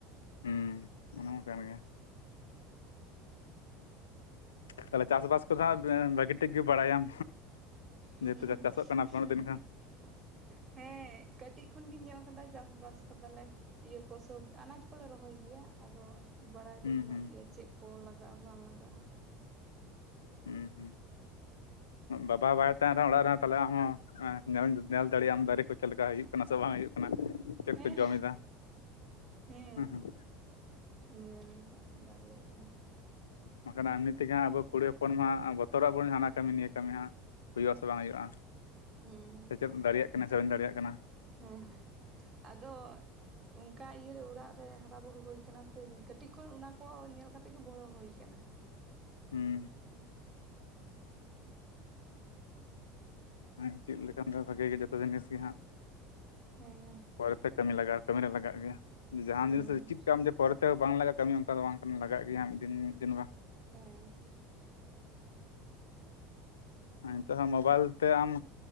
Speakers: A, on the left; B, on the right.
A: ᱦᱩᱸ ᱚᱱᱟ ᱢᱟ ᱠᱟᱱ ᱜᱮᱭᱟ᱾ ᱛᱟᱦᱚᱞᱮ ᱪᱟᱥᱵᱟᱥ ᱠᱚᱫᱚ ᱦᱟᱸᱜ ᱵᱟᱸ ᱵᱷᱟᱹᱜᱤ ᱴᱷᱤᱠ ᱜᱤ ᱵᱟᱲᱟᱭᱟᱢ,
B: <inaudible>
A: ᱡᱮᱦᱮᱛᱩ ᱪᱟᱥᱚᱜ ᱠᱟᱱᱟ ᱯᱮ ᱩᱱᱟᱹᱜ ᱫᱤᱱ ᱠᱷᱚᱱ
B: ᱦᱮᱸ ᱠᱟᱹᱴᱤᱜ ᱠᱷᱚᱱ ᱜᱮᱧ ᱧᱮᱞ ᱠᱟᱫᱟ ᱪᱟᱥ ᱵᱟᱥ ᱟᱠᱟᱫᱟᱞᱮ᱾ ᱤᱭᱟᱹ ᱠᱚ ᱥᱚᱵᱤ ᱟᱱᱟᱡᱽ ᱠᱚᱞᱮ ᱨᱚᱦᱚᱭ ᱜᱮᱭᱟ ᱟᱫᱚ, ᱵᱟᱲᱟᱭ ᱫᱚ
A: ᱦᱩᱸ
B: ᱦᱮᱱᱟᱜ ᱜᱮᱭᱟ ᱪᱮᱫ ᱠᱚ ᱞᱟᱜᱟᱜᱼᱟ ᱵᱟᱝ ᱞᱟᱜᱟᱜᱼᱟ᱾
A: ᱦᱩᱸ ᱦᱩᱸ᱾ ᱵᱟᱵᱟ ᱵᱟᱭ ᱛᱟᱦᱮᱱᱟ ᱨᱮᱦᱚᱸ ᱚᱲᱟᱜ ᱨᱮᱦᱚᱸ ᱛᱟᱦᱚᱞᱮ ᱟᱢᱦᱚᱸ ᱧᱮᱞ ᱧᱮᱞ ᱫᱟᱲᱮᱭᱟᱜ ᱟᱢ ᱫᱟᱨᱮ ᱠᱚ ᱪᱮᱫ ᱞᱮᱠᱟ ᱦᱩᱭᱩᱜ, ᱭᱩᱜ ᱠᱟᱱᱟ ᱥᱮ ᱵᱟᱝ ᱦᱩᱭᱩᱜ ᱠᱟᱱᱟ ᱪᱮᱫ
B: ᱦᱮᱸ
A: ᱠᱚ ᱡᱚᱢᱮᱫᱟ
B: ᱦᱮᱸ
A: ᱦᱩᱸ ᱦᱩᱸ,
B: ᱧᱮᱞ ᱫᱚ ᱫᱟᱲᱮᱭᱟᱜ ᱜᱤᱭᱟᱹᱧ᱾
A: ᱵᱟᱝᱠᱷᱟᱱ ᱮᱢᱱᱤ ᱛᱮᱜᱮᱟᱸ ᱟᱵᱚ ᱠᱩᱲᱤ ᱦᱚᱯᱚᱱ ᱢᱟ ᱵᱚᱛᱚᱨᱚᱜ ᱵᱚᱱ ᱦᱟᱱᱟ ᱠᱟᱹᱢᱤ ᱱᱤᱭᱟᱹ ᱠᱟᱹᱢᱤ ᱦᱟᱸᱜ᱾ ᱦᱩᱭᱩᱜ ᱟᱥᱮ ᱵᱟᱝ ᱦᱩᱭᱩᱜᱼᱟ
B: ᱦᱩᱸ
A: ᱥᱮᱪᱮᱫ ᱫᱟᱲᱮᱭᱟᱜ ᱠᱟᱱᱟ ᱥᱮ ᱵᱟᱹᱧ ᱫᱟᱲᱮᱭᱟᱜ ᱠᱟᱱᱟ,
B: ᱦᱮᱸ ᱟᱫᱚ, ᱚᱝᱠᱟ ᱤᱭᱟᱹᱨᱮ ᱚᱲᱟᱜ ᱨᱮ ᱦᱟᱨᱟ ᱵᱩᱨᱩ ᱦᱩᱭ ᱠᱟᱱᱟ ᱥᱮ ᱠᱟᱹᱴᱤᱡ ᱠᱷᱚᱱ ᱚᱱᱟ ᱠᱚ ᱧᱮᱞ ᱠᱟᱛᱮᱜ ᱜᱮ ᱵᱚᱲᱚ ᱦᱩᱭ ᱠᱟᱱᱟ᱾ <unintelligible>
A: ᱦᱩᱸ᱾
B: ᱦᱩᱸ᱾
A: ᱚᱱᱮ ᱪᱮᱫ ᱞᱮᱠᱷᱟᱱ ᱫᱚ ᱵᱷᱟᱜᱮ ᱜᱮ ᱡᱚᱛᱚ ᱡᱤᱱᱤᱥ ᱜᱮ ᱦᱟᱸᱜ
B: ᱦᱮᱸ᱾
A: ᱯᱚᱨᱮᱛᱮ ᱠᱟᱹᱢᱤ ᱞᱟᱜᱟᱜᱼᱟ ᱠᱢᱤᱤ ᱨᱮ ᱞᱟᱜᱟᱜ ᱜᱮᱭᱟ, ᱡᱟᱦᱟᱸᱱ
B: ᱦᱮᱸ
A: ᱡᱤᱱᱤᱥ ᱪᱮᱫ ᱠᱟᱜᱢ ᱡᱮ ᱯᱚᱨᱮ ᱛᱮ ᱵᱟᱝ ᱞᱟᱜᱟᱜᱼᱟ ᱠᱟᱹᱢᱤ ᱚᱝᱠᱟ ᱫᱚ ᱵᱟᱝ ᱠᱟᱱᱟ, ᱞᱟᱜᱟᱜ ᱜᱮᱭᱟ ᱢᱤᱫ ᱫᱤᱱ ᱢᱤᱫ ᱫᱤᱱ ᱵᱟᱝ᱾
B: ᱦᱮᱸ᱾
A: ᱱᱤᱛᱚᱜ ᱦᱚᱸ ᱢᱳᱵᱟᱭᱤᱞ ᱛᱮ ᱟᱢ